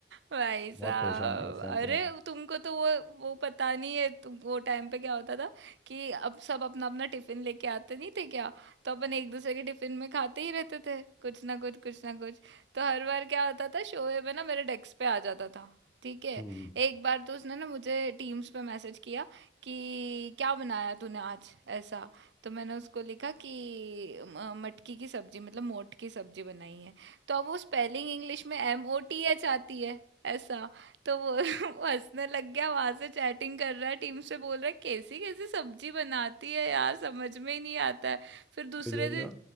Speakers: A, on the right; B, in the centre.
A: भाई साहब
B: बहुत परेशान किया उस टाइम
A: अरे
B: तो
A: तुमको तो वो वो पता नहीं है तुम वो टाइम पे क्या होता था कि अब सब अपना अपना टिफिन लेके आते नहीं थे क्या तो अपन एक दूसरे के टिफिन में खाते ही रहते थे कुछ ना कुछ कुछ ना कुछ तो हर बार क्या होता था शोएब है ना मेरे डेस्क पे आ जाता था ठीक है
B: हम्म
A: एक बार तो उसने ना मुझे टीम्स पे मैसेज किया कि क्या बनाया तूने आज ऐसा तो मैंने उसको लिखा कि म- मटकी की सब्जी मतलब मोट की सब्जी बनाई है तो अब वो स्पेलिंग इंग्लिश में एम ओ टी एच आती है ऐसा तो वो <laughs> वो हंसने लग गया वहां से चैटिंग कर रहा है टीम से बोल रहा है कैसी कैसी सब्जी बनाती है यार समझ में ही नहीं आता है फिर दूसरे
B: मुझे
A: दिन
B: ना